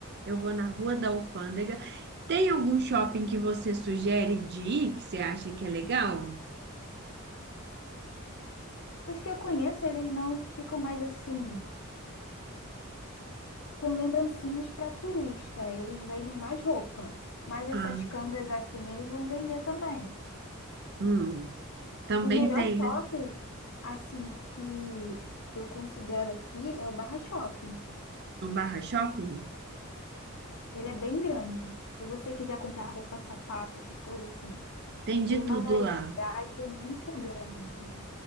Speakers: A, on the right (about 50°); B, on the left (about 80°).
A: eu vou na Rua da Alfândega. Tem algum shopping que você sugere de ir que você acha que é legal?
B: Os que eu conheço, eles não ficam mais assim com lembrancinhas para turista. Eles vendem mais roupa, mas essas
A: Ah,
B: cangas assim eles vão vender também.
A: hum, também
B: O melhor
A: tem,
B: shopping,
A: né?
B: assim, que eu considero aqui é o Barra Shopping.
A: No Barra Shopping?
B: Ele é bem grande. Se você quiser comprar roupa, sapato, essas coisas assim,
A: Tem de
B: tem uma
A: tudo
B: variedade
A: lá.
B: muito grande.